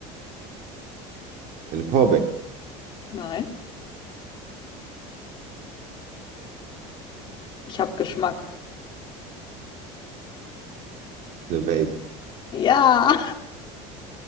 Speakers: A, on the right (about 55°); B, on the left (about 30°).
A: Eine Powerbank.
B: Nein. Ich habe Geschmack.
A: Eine Vape.
B: Ja.